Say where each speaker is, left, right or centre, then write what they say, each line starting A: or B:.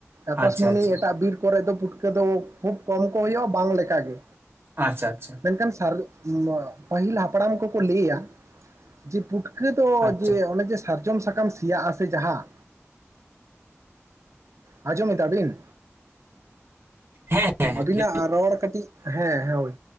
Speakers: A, on the right (about 80°); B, on the right (about 50°).
A: ᱟᱠᱟᱥᱢᱟᱱᱤ
B: ᱟᱪᱪᱷᱟ ᱟᱪᱪᱷᱟ
A: ᱮᱴᱟᱜ ᱵᱤᱨ ᱠᱚᱨᱮ ᱫᱚ ᱯᱩᱴᱠᱟᱹ ᱫᱚ ᱠᱷᱩᱵ ᱠᱚᱢ ᱠᱚ ᱦᱩᱭᱩᱜ-ᱟ, ᱵᱟᱝ ᱞᱮᱠᱟ ᱜᱮ᱾
B: ᱟᱪᱪᱷᱟ ᱟᱪᱪᱷᱟ᱾
A: ᱢᱮᱱᱠᱷᱟᱱ ᱥᱟᱨᱞ ᱯᱟᱹᱦᱤᱞ ᱦᱟᱯᱲᱟᱢ ᱠᱚᱠᱚ ᱞᱟᱹᱭᱟ ᱡᱮ, ᱯᱩᱴᱠᱟᱹ ᱫᱚ
B: ᱟᱪᱪᱷᱟ
A: ᱡᱮ ᱚᱱᱮ ᱡᱮ ᱥᱟᱨ ᱟᱸᱡᱚᱢ ᱥᱟᱠᱟᱢ ᱥᱮᱭᱟᱜ-ᱟ ᱥᱮ ᱡᱟᱦᱟᱸ, ᱟᱸᱡᱚᱢ ᱮᱫᱟ ᱵᱤᱱ?
B: ᱦᱮᱸ ᱦᱮᱸ
A: ᱟᱹᱵᱤᱱᱟᱜ ᱨᱚᱲ ᱠᱟᱹᱴᱤᱡ ᱦᱮᱸ, ᱦᱳᱭ᱾